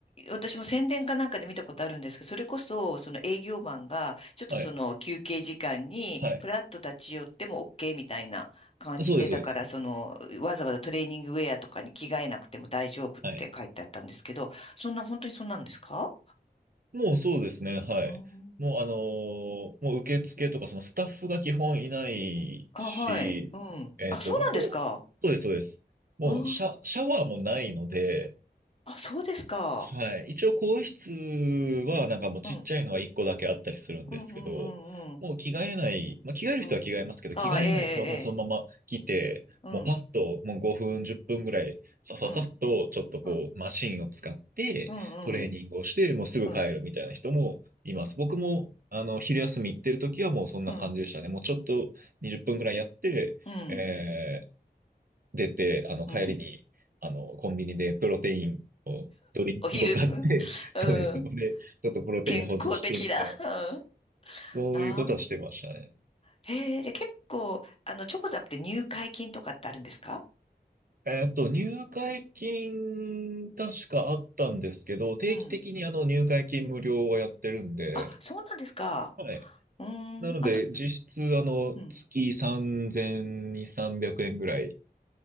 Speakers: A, on the left; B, on the right.
A: 私も宣伝かなんかで見たことあるんですけど、それこそ、その営業マンが、ちょっとその休憩時間に、
B: はい。はい。
A: プラッと立ち寄っても OK みたいな感じで、
B: あそうです、そうです。
A: だからその、わざわざトレーニングウェアとかに着替えなくても大丈夫って書いてあったんですけど、
B: はい。
A: そんな、本当にそんなんですか
B: もうそうですね、はい。
A: うん。
B: もうあのーもう受付とかそのスタッフが基本いないし、
A: あ、はい。うん。
B: えっと、
A: あ、そうなんですか。
B: もうこう、そうです、そうです。もうシャ、
A: あ、
B: シャワーもないので、
A: あ、そうですか。
B: はい。一応、更衣室は、なんかもうちっちゃいのは1個だけあったりするんですけど、
A: うん。うん、うん、うん、うん。
B: もう着替えない、まあ、着替える人は着替えますけど、
A: うん。あ、
B: 着替えない人はもうそのまま来て、
A: ええ、ええ。うん、
B: もうパッと、もう5分、10分ぐらい、さささっと、
A: うん、
B: ちょっとこう、
A: うん、
B: マシンを使って、
A: うん、
B: トレーニングをして、
A: うん、
B: もうすぐ帰るみたいな人もいます。
A: うん、
B: 僕も、あの、昼休み行ってる時はもうそんな感じでしたね。
A: うん。
B: もうちょっと20分ぐらいやって、
A: うん
B: え出て、あの、帰りに、
A: うん。
B: あの、コンビニでプロテインを、ドリンクを買って、
A: お昼、うん、
B: <laughs>
A: うん。
B: そうです。そこで、ちょっとプロテイン補充してみたいな、
A: 健康的だ。うん。
B: そういうことはしてましたね。
A: なあ。へえ、で、結構、あの、チョコザップって入会金とかってあるんですか
B: えっと、入会金、確かあったんですけど、定期的にあの、
A: うん。
B: 入会金無料はやってるんで、
A: あ、そうなんですか。
B: はい。
A: うーん。
B: なので、
A: あと、
B: 実質、あの、
A: うん。
B: 月3200、300円ぐらい